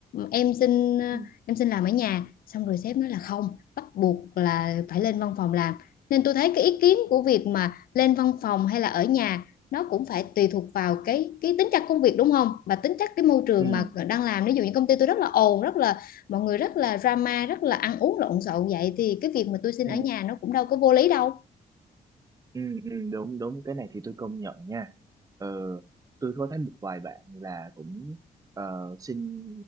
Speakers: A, on the left; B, on the right.
A: em xin
B: ừ
A: ờ, em xin làm ở nhà xong rồi sếp nói là không bắt buộc là phải lên văn phòng làm nên tôi thấy cái ý kiến của việc mà lên văn phòng hay là ở nhà nó cũng phải tùy thuộc vào cái cái tính chất công việc đúng không và tính chất cái môi trường
B: ừ
A: mà đang làm ví dụ như công ty tôi rất là ồn rất là mọi người rất là drama rất là ăn uống lộn xộn vậy thì cái việc mà tôi xin
B: ừ
A: ở nhà nó cũng đâu có vô lý đâu
B: Ừ, ừ, đúng đúng cái này thì tôi công nhận nha ờ, tôi có thấy một vài bạn là cũng ờ, xin